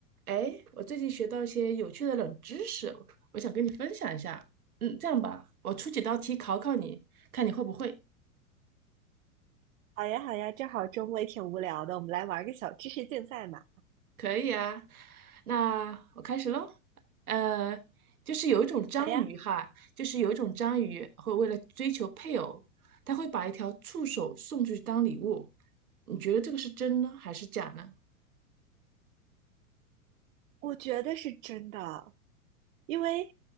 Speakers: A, on the right (about 80°); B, on the right (about 65°).
A: 哎，我最近学到一些有趣的冷知识，我想跟你分享一下。嗯，这样吧，我出几道题考考你，看你会不会。
B: 好呀，好呀，正好周末也挺无聊的，我们来玩个小知识竞赛嘛。
A: 可以啊，那我开始喽。呃，就是有一种章鱼哈，
B: 好呀，
A: 就是有一种章鱼会为了追求配偶，它会把一条触手送出去当礼物。你觉得这个是真呢，还是假呢？
B: 我觉得是真的，因为